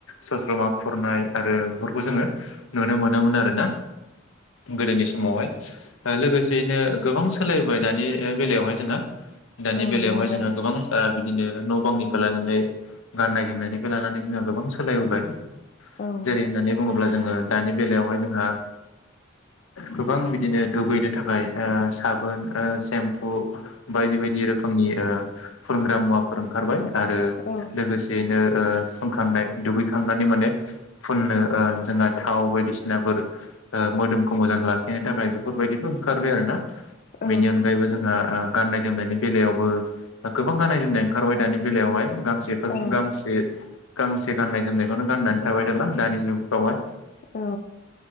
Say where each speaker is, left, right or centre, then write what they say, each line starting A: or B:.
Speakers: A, on the left; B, on the left.
A: सस्र'मा खुरनाय आरो बेफोरखौ जोङो नुनो मोनोमोन आरो ना। गोदोनि समावहाय ओ लोगोसेयैनो गोबां सोलायबोबाय दानि ओ बेलायावहाय जोंहा। दानि
B: औ
A: बेलायावहाय
B: नंगौ
A: जोंहा गोबां ओ बि दिनो न' बांनिफ्राय लानानै गाननाय जोमनायनिफ्राय लानानै जोंहा गोबां सोलायबोबाय।
B: औ
A: जेरै होननानै बुङोब्ला जोङो दानि बेलायावहाय जोंहा गोबां बिदिनो दुगैनो थाखाय ओ साबोन ओ सेम्फु बायदि बायदि रोखोमनि ओ फोनग्रा मुवाफोर ओंखारबाय। आरो
B: औ
A: लोगोसेयैनो ओ फुनखांनाय दुगैखांनानै माने फुननो ओ जोंहा थाव बायदिसिनाफोर ओ मोदोमखौ मोजां लाखिनो थाखाय बेफोरबायदिबो ओंखारबाय आरो ना। बेनि
B: औ
A: अनगायैबो जोंहा ओ गाननाय जोमनायनि बेलायावबो दा गोबां गाननाय जोमनाय ओंखारबाय दानि बेलायावहाय। गांसेफोर
B: औ
A: गांसे गांसे गाननाय जोमनायखौनो गाननानै थाबाय थाला दानि जुगफ्रावहाय।
B: औ।